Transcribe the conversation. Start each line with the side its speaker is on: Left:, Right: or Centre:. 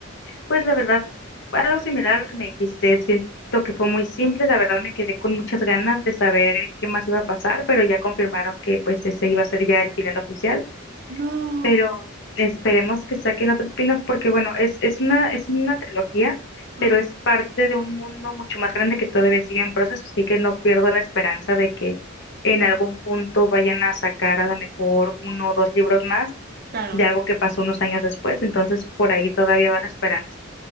Left: Pues la verdad, algo similar a lo que me dijiste, siento que fue muy simple, la verdad me quedé con muchas ganas de saber qué más iba a pasar, pero ya confirmaron que pues ese iba a ser ya el final oficial.
Right: No.
Left: pero esperemos que saquen otro spin-off porque bueno, es, es una, es una trilogía,
Right: Ujú.
Left: pero es parte de un mundo mucho más grande que todavía sigue en proceso, así que no pierdo la esperanza de que en algún punto vayan a sacar a lo mejor uno o dos libros más
Right: Claro.
Left: de algo que pasó unos años después, entonces por ahí todavía va la esperanza.